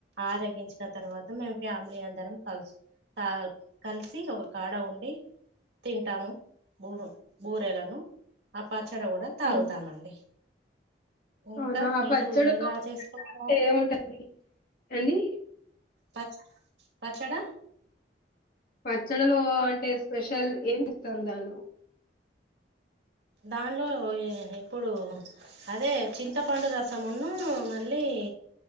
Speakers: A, on the right; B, on the left.
A: ఆరగించిన తర్వాత మేము ఫ్యామిలీ అందరం కలుసు అంతా కలిసి ఒక కాడ ఉండి తింటాము బూ బూరేలను ఆ పచ్చడి కూడా తాగుతామండి
B: ఉమ్.
A: ఇంకా
B: అవునా ఆ
A: మీరు
B: పచ్చడి
A: ఎలా
B: లో
A: చేసుకుంటారు
B: ఏముంటుంది అండి
A: పచ్చ పచ్చడ
B: పచ్చడిలో అంటే స్పెషల్ ఏమి ఇస్తారు దానిలో
A: దానిలో ఇప్పుడు అదే చింతపండు రసమును మళ్ళీ ఏ